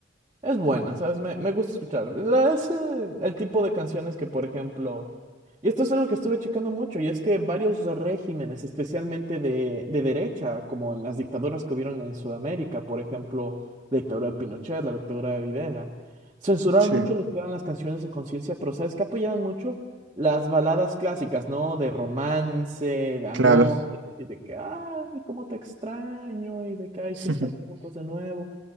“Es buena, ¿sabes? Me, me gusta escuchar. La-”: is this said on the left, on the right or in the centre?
Right